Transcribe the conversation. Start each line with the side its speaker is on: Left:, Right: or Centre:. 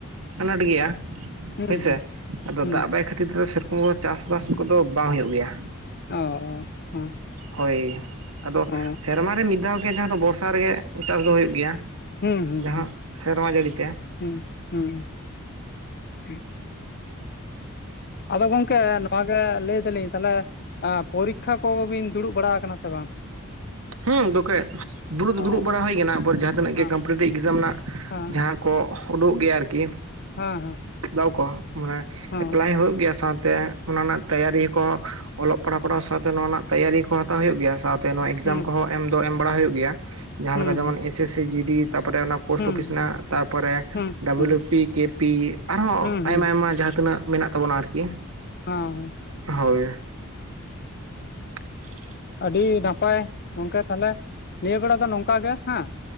Right: ᱟᱱᱟᱴ ᱜᱮᱭᱟ᱾
Left: ᱦᱩᱸ
Right: ᱦᱳᱭᱥᱮ
Left: ᱦᱩᱸ
Right: ᱟᱫᱚ
Left: ᱦᱩᱸ
Right: ᱫᱟᱜ ᱵᱟᱭ ᱠᱷᱟᱹᱛᱤᱨ ᱛᱮᱚ ᱥᱮᱨᱚᱠᱚᱢ ᱠᱚᱫᱚ ᱪᱟᱥᱼᱵᱟᱥ ᱠᱚᱫᱚ ᱵᱟᱝ ᱦᱩᱭᱩᱜ ᱜᱮᱭᱟ᱾
Left: ᱚ ᱦᱩᱸ᱾
Right: ᱦᱳᱭ᱾ ᱟᱫᱚ
Left: ᱚ
Right: ᱥᱮᱨᱢᱟᱨ ᱨᱮ ᱢᱤᱫ ᱫᱷᱟᱣ ᱜᱮ ᱡᱟᱦᱟᱸ ᱫᱚ ᱵᱚᱨᱥᱟ ᱨᱮᱜᱮ ᱪᱟᱥ ᱫᱚ ᱦᱩᱭᱩᱜ ᱜᱮᱭᱟ᱾
Left: ᱦᱩᱸ ᱦᱩᱸ
Right: ᱡᱟᱦᱟᱸ
Left: ᱦᱩᱸ᱾
Right: ᱥᱮᱨᱢᱟ ᱡᱟᱹᱲᱤ ᱛᱮ
Left: ᱦᱩᱸ ᱦᱩᱸ ᱦᱩᱸ᱾ ᱟᱫᱚ ᱜᱚᱝᱠᱮ ᱱᱚᱣᱟ ᱜᱮ ᱞᱟᱹᱭ ᱫᱟᱞᱤᱧ ᱛᱟᱦᱚᱞᱮ ᱮᱸ ᱯᱚᱨᱤᱠᱷᱟ ᱠᱚᱵᱤᱱ ᱫᱩᱲᱩᱵ ᱵᱟᱲᱟ ᱟᱠᱟᱱᱟ ᱥᱮ ᱵᱟᱝ?
Right: ᱦᱮᱸ ᱫᱚᱠᱮ ᱫᱩᱲᱩᱵ ᱫᱚ
Left: ᱚ
Right: ᱫᱩᱲᱩᱵ ᱵᱟᱲᱟ ᱦᱳᱭ ᱠᱟᱱᱟ, ᱮᱯᱚᱨ ᱡᱟᱦᱟᱸ ᱛᱤᱱᱟᱹᱜ
Left: ᱦᱮᱸ
Right: ᱜᱮ ᱠᱚᱢᱯᱤᱴᱤᱮᱴᱤᱵᱽ ᱮᱠᱡᱟᱢ ᱨᱮᱱᱟᱜ
Left: ᱦᱮᱸ
Right: ᱡᱟᱦᱟᱸ ᱠᱚ ᱩᱰᱩᱠᱚᱜ ᱜᱮᱭᱟ ᱟᱨᱠᱤ᱾
Left: ᱦᱮᱸ
Right: ᱫᱟᱣ ᱠᱚ᱾ ᱢᱟᱱᱨᱱᱴ
Left: ᱦᱮᱸ
Right: ᱮᱯᱞᱟᱭ ᱦᱩᱭᱩᱜ ᱜᱮᱭᱟ ᱥᱟᱶᱛᱮ ᱚᱱᱟ ᱨᱮᱱᱟᱜ ᱛᱮᱭᱟᱨᱤ ᱦᱚᱠᱚ ᱚᱞᱚᱜ ᱯᱟᱲᱦᱟᱣ ᱯᱟᱲᱦᱟᱣ ᱥᱟᱶᱛᱮ ᱱᱚᱣᱟ ᱨᱮᱱᱟᱜ ᱛᱮᱭᱟᱨᱤ ᱠᱚ ᱦᱟᱛᱟᱣ ᱦᱩᱭᱩᱜ, ᱥᱟᱶᱛᱮ ᱱᱚᱣᱟ ᱮᱠᱡᱟᱢ
Left: ᱦᱮᱸ ᱦᱩᱸ
Right: ᱠᱚᱦᱚᱸ ᱮᱢ ᱫᱚ ᱮᱢ ᱵᱟᱲᱟ ᱦᱩᱭᱩᱜ ᱜᱮᱭᱟ᱾ ᱡᱟᱦᱟᱸ
Left: ᱦᱩᱸ
Right: ᱞᱮᱠᱟ ᱡᱮᱢᱚᱱ
Left: ᱦᱩᱸ
Right: S S C G D ᱛᱟᱯᱚᱨᱮ ᱚᱱᱟ ᱯᱳᱥᱴ
Left: ᱦᱩᱸ
Right: ᱚᱯᱷᱤᱥ ᱨᱮᱱᱟᱜ᱾ ᱛᱟᱯᱚᱨᱮ
Left: ᱦᱩᱸ
Right: ᱰᱟᱵᱞᱩ
Left: ᱦᱩᱸ
Right: ᱱᱤ ᱯᱤ, ᱠᱮ ᱯᱤ ᱟᱨᱦᱚᱸ
Left: ᱦᱩᱸ
Right: ᱟᱭᱢᱟ
Left: ᱦᱩᱸ
Right: ᱟᱭᱢᱟ ᱡᱟᱦᱟᱸ ᱛᱤᱱᱟᱹᱜ ᱢᱮᱱᱟᱜ ᱛᱟᱵᱚᱱᱟ ᱟᱨᱠᱤ᱾
Left: ᱦᱟᱸ ᱦᱚᱸ᱾
Right: ᱦᱳᱭ᱾ <inaudible>
Left: ᱟᱹᱰᱤ ᱱᱟᱯᱟᱭ᱾ ᱜᱚᱝᱠᱮ ᱛᱟᱞᱦᱮ ᱱᱤᱭᱟᱹ ᱵᱮᱲᱟ ᱫᱚ ᱱᱚᱝᱠᱟ ᱜᱮ ᱦᱮᱸ᱾